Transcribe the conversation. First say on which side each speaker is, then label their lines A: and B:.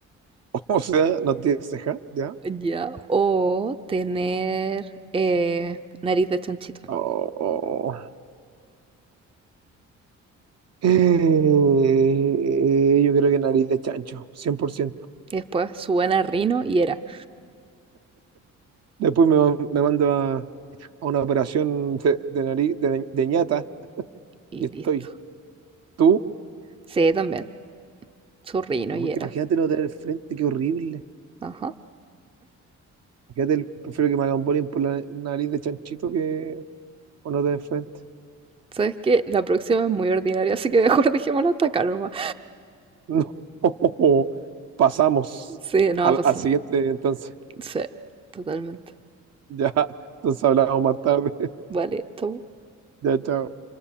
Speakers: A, on the right; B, on the right.
A: O sea, no tienes ceja, ¿ya?
B: Ya. O tener eh, nariz de chanchito.
A: Oh, oh. Eh, yo creo que nariz de chancho, 100%.
B: Y después su buena rino y era.
A: Después me, ma- me mando a, a una operación de, de nariz, de, de ñata,
B: Y
A: y estoy.
B: listo.
A: ¿Tú?
B: Sí, también. Su rino
A: No,
B: y
A: porque
B: era.
A: imagínate no tener frente, qué horrible.
B: Ajá.
A: Imagínate, el- prefiero que me hagan bullying por la nariz de chanchito que o no tener frente.
B: ¿Sabes que La próxima es muy ordinaria, así que mejor <laughs> dejémosla hasta acá nomás.
A: No, <laughs> pasamos
B: Sí, no va
A: al,
B: a pasar.
A: al siguiente entonces.
B: Sí, totalmente.
A: Ya, entonces hablamos más tarde. <laughs>
B: Vale, chau.
A: Ya, chao.